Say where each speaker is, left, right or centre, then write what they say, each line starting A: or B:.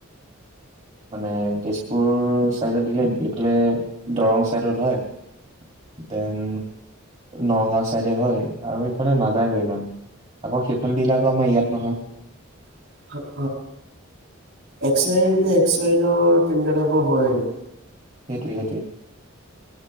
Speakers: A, on the right; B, on the right.
A: মানে তেজপুৰ চাইডত দিলে এইফালে দৰং চাইডত হয়- দেন নগাঁও চাইডে হয় আৰু এইফালে নাযায়গৈ ইমান। আকৌ সেইফাল দিলে আকৌ আমাৰ ইয়াত নহয়।
B: <unintelligible> এক্সাৰ দিলে এক্সাৰটো তেনেকুৱা টাইপৰ হয়।
A: সেইটোৱে সেইটোৱে।